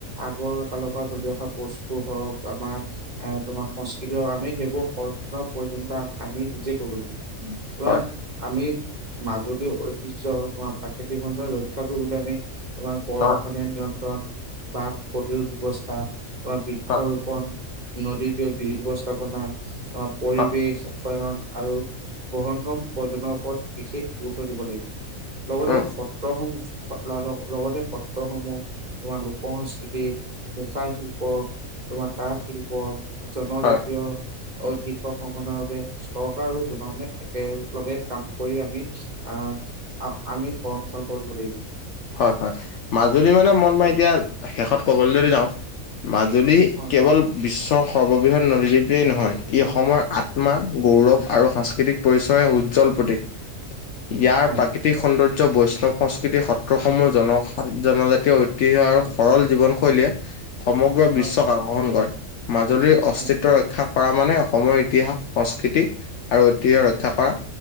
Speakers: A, on the right (about 35°); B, on the left (about 65°).
A: আগৰ কালৰ পৰা চলি অহা বস্তু হওক, আমাৰ আহ, তোমাৰ সংস্কৃতি হওক, আমি সেইবোৰ সংৰক্ষণৰ প্ৰয়োজনীয়তা আমি নিজে কৰিব লাগিব।
B: উম'
A: তোমাৰ
B: হয়।
A: আমি মাজুলী ঐতিহ্য, তোমাৰ প্ৰাকৃতিক সৌন্দৰ্য্য ৰক্ষা কৰিবলৈ আমি তোমাৰ বৰষুণে
B: হয়
A: নিয়ন্ত্ৰণ, বাট প্ৰতিৰোধ ব্যৱস্থা, তোমাৰ বৃক্ষ
B: হয়
A: ৰোপন। নদীৰ ব্যৱস্থাপনা, অ, পৰিৱেশ
B: হয়
A: শয়ন আৰু বহন ক্ৰম প্ৰজনৰ ওপৰত বিশেষ গুৰুত্ব দিব লাগিব। লগতে
B: উম
A: সত্ৰ সং, লগতে সত্ৰ সত্ৰসমূহ তোমাৰ লোক সংস্কৃতি, মুখা শিল্প, তোমাৰ তাঁত শিল্প, জনজাতীয়,
B: হয়
A: ঐতিহ্য সংগনৰ বাবে চৰকাৰ আৰু জনগণে একেলগে কাম কৰি আমি আহ, আমি সংৰক্ষণ কৰিব লাগিব।
B: হয়-হয়, মাজুলী
A: হয়
B: মানে মন মই এতিয়া শেষত কবলৈ যদি যাওঁ মাজুলী
A: হয়
B: কেৱল বিশ্বৰ সৰ্ববৃহৎ নদীদ্বীপ এই নহয়, ই অসমৰ আত্মা, গৌৰৱ আৰু সাংস্কৃতিক পৰিচয়ৰ উজ্জ্বল প্ৰতীক। ইয়াৰ
A: হয়
B: প্ৰাকৃতি প্ৰাকৃতিক সৌন্দৰ্য, বৈষ্ণৱ সংস্কৃতিৰ সত' সত্ৰসমূহ, জন সং, জনজাতীয়, ঐতিহ্য আৰু সৰল জীৱন শৈলীয়ে', সমগ্ৰ
A: হয়
B: বিশ্বক আকৰ্ষণ কৰে। মাজুলীৰ অস্তিত্ব
A: হয়
B: ৰক্ষা' কৰা মানে অসমৰ ইতিহাস সংস্কৃতি আৰু ঐতিহ্য ৰক্ষা কৰা।